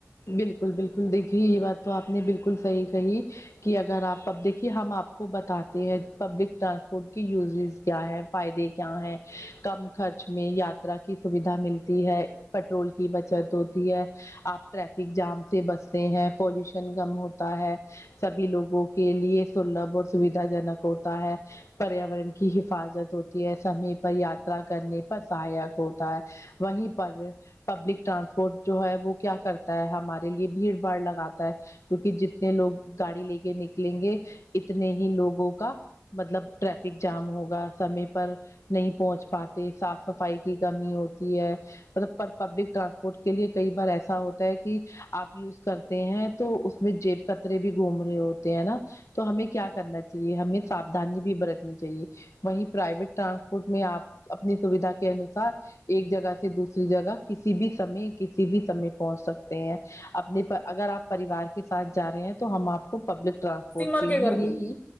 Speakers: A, on the left; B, on the left.
A: بالکل بالکل دیکھی یہ بات تو آپ نے بالکل صحیح کہی کہ اگر آپ اب دیکھیے ہم آپ کو بتاتے ہیں پبلک ٹرانسپورٹ کی یوزز کیا ہے فائدے کیا ہیں کم خرچ میں یاترا کی سویدھا ملتی ہے پٹرول کی بچت ہوتی ہے آپ ٹریفک جام سے بستے ہیں پولوشن کم ہوتا ہے سبھی لوگوں کے لیے سلبھ اور سویدھا جنک ہوتا ہے پریاورن کی حفاظت ہوتی ہے سمے پر یاترا کرنے پر سہایک ہوتا ہے وہیں پر پبلک ٹرانسپورٹ جو ہے وہ کیا کرتا ہے ہمارے لیے بھیڑ باڑ لگاتا ہے کیونکہ جتنے لوگ گاڑی لے کے نکلیں گے اتنے ہی لوگوں کا مطلب ٹریفک جام ہوگا سمے پر نہیں پہنچ پاتے صاف صفائی کی کمی ہوتی ہے مطلب پر پبلک ٹرانسپورٹ کے لیے کئی بار ایسا ہو تا کہ آپ یوز کرتے ہیں تو اس میں جیب کترے بھی گھوم رہے ہوتے ہیں نا تو ہمیں کیا کرنا چاہیے ہمیں سافدھانی بھی برتنی چاہیے وہیں پرائیویٹ ٹرانسپورٹ میں آپ اپنی سیدھا کے انوسار ایک جگہ سے دوسری جگہ کسی بھی سمے کسی بھی سمے پہ پہنچ سکتے ہیں اپنے اگر آپ پریوار کے ساتھ جا رہے ہیں تو ہم آپ کو پبلک ٹرانسپ پورٹ
B: سمر
A: کے
B: گھر
A: ہی لیے
B: گئی تھی
A: ہی